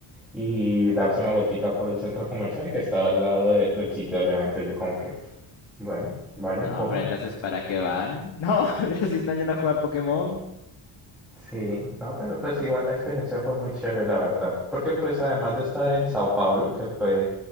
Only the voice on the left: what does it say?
No,
pero entonces, ¿para qué van? No, <laughs> pero si están yendo a jugar Pokémon.